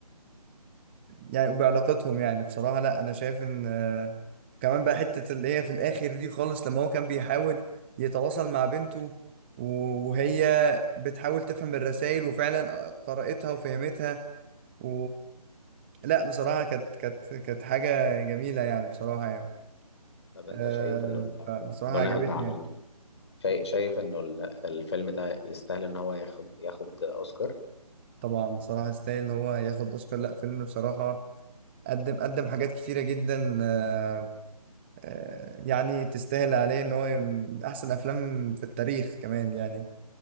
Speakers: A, on the right (about 15°); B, on the left (about 45°).
A: يعني وبعلاقتهم يعني بصراحة لا أنا شايف إن آه، كمان بقى حتة اللي هي في الآخر دي خالص لما هو كان بيحاول يتواصل مع بنته و- وهي بتحاول تفهم الرسائل وفعلا قرأتها وفهمتها و لا بصراحة كانت كانت كانت حاجة جميلة يعني بصراحة يعني
B: طب انت
A: آه،
B: شايف انه ال-
A: فبصراحة
B: بناء
A: عجبتني
B: على
A: يعني
B: ال... شايف شايف انه ال- الفيلم ده يستاهل ان هو ياخد ياخد اوسكار
A: طبعا بصراحة يستاهل إن هو ياخد أوسكار لا فيلم بصراحة قدم قدم حاجات كتيرة جدا آه، آه، يعني تستاهل عليه ان هو من احسن افلام في التاريخ كمان يعني